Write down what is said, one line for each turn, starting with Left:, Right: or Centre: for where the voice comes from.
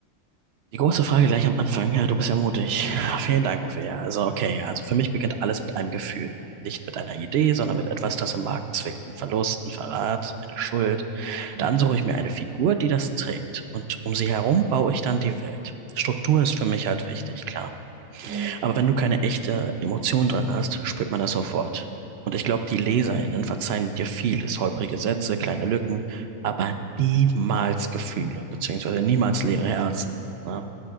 Right: Die große Frage gleich am Anfang. Ja, du bist ja mutig.
Left: Mhm.
Right: Ah, Vielen Dank, Uffe. Ja, also okay. Also für mich beginnt alles mit einem Gefühl. Nicht mit einer Idee, sondern mit etwas, das im Magen zwickt. Ein Verlust, ein Verrat, eine Schuld.
Left: Mhm.
Right: Dann suche ich mir eine Figur, die das trägt. Und um sie herum baue ich dann die Welt. Struktur ist für mich halt wichtig, klar.
Left: Mhm.
Right: Aber wenn du keine echte Emotion drin hast, spürt man das sofort. Und ich glaube, die LeserInnen verzeihen dir vieles, holprige Sätze,
Left: Mhm.
Right: kleine Lücken, aber niemals Gefühle, beziehungsweise niemals leere Herzen. Ne?